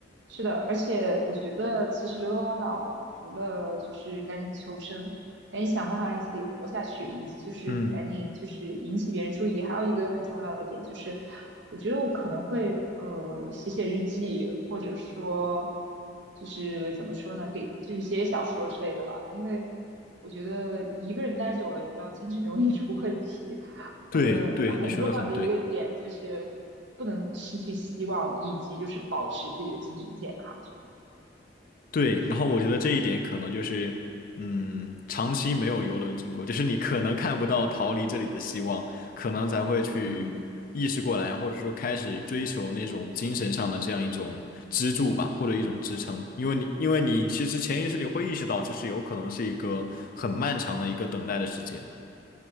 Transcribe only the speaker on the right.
是的，而且我觉得其实流浪荒岛除了就是赶紧求生，赶紧想办法让自己活下去，以及就是赶紧就是引起别人注意。
还有一个很重要的点就是，我觉得我可能会呃写写日记，或者说就是怎么说呢，给就是写写小说之类的吧。因为我觉得一个人待久了，你知道精神容易出问题。
呃，很重要的一个点就是不能失去希望，
以及就是保持自己的精神健康。这样，
嗯。